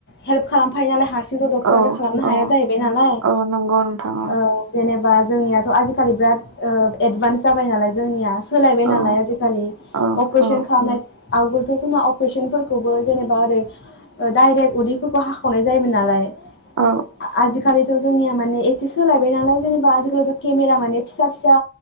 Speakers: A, on the left; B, on the right.
A: हेल्प खा फाइनाल हारसिंथ' डक्टराथ'
B: औ
A: खालामनो हाया
B: औ
A: जाहैबाय नालाय
B: औ नंगौ नोंथां
A: ओ जेनेबा जोंनियाथ' आजिखालि बिराद ओ एदभान्स जाबाय नालाय जोंनियास सोलायबाय नालाय
B: औ
A: आजिखालि
B: औ
A: अपारिशोन
B: औ
A: खालामनाय आवगोलथ' जोंना अपरेशोनफोरखौबो जेनेबा ओरै ओ दाइरेक्ट उदैफोरखो हाख खावनाय जायोमोन नालाय
B: औ
A: आ-आ आजिखालिथ' जोंनिया माने एसे सोलायबाय नालाय जेनेबा आजिखालिथ' केमेरा माने फिसा फिसा